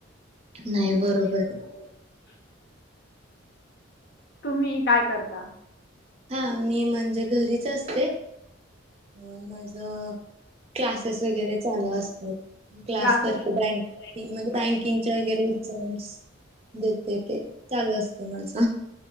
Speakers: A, on the right; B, on the left.
A: नाही
B: <unintelligible>
A: बरोबर आहे.
B: तुम्ही काय करता?
A: हा. मी म्हणजे घरीच असते. अ माझ- क्लासेस वगैरे चालू असतात. मी क्लास
B: क्लासेस
A: करते
B: क्लास
A: बँक
B: करतो बँक
A: म्हणजे बँकिंगच्या वगैरे- <unintelligible> देते. ते चालू असत माझ.